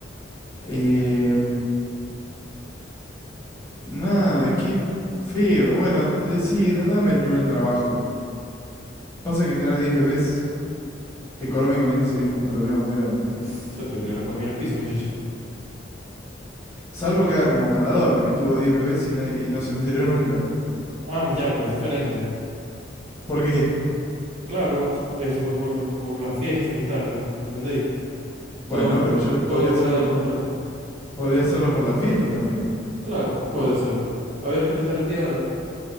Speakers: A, on the left; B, on the right.
A: Eh, nada, qué feo. Bueno, eh, sí, da- dame el primer trabajo. Pasa que tener 10 bebés económicamente sería un problema muy grande.
B: Uf, se te viene la economía al piso, muchacho.
A: Salvo que haga como Maradona, que tuvo 10 bebés y, na- y no se enteró nunca.
B: Ah, ya, pero es diferente.
A: ¿Por qué?
B: Claro, s- eso fue por, por las fiestas y tal, ¿ves? ¿Entendéis?
A: Bueno,
B: Todo, fu-
A: pero yo lo
B: todo
A: podría
B: fuera
A: hacer con-
B: de control.
A: podría hacerlo por las fiestas también.
B: Claro, puede ser. A ver, ¿qué te sale a ti ahora?